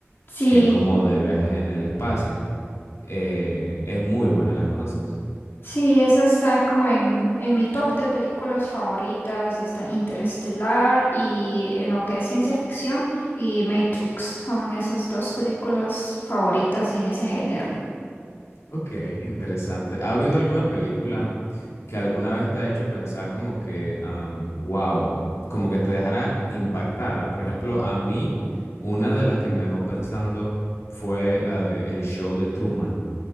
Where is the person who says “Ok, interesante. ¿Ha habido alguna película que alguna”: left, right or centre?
Left